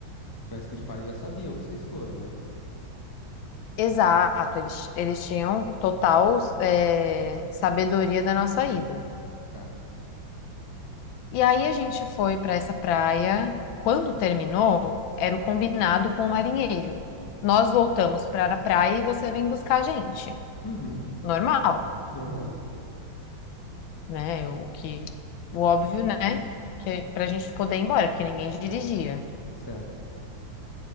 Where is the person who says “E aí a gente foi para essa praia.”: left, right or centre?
Left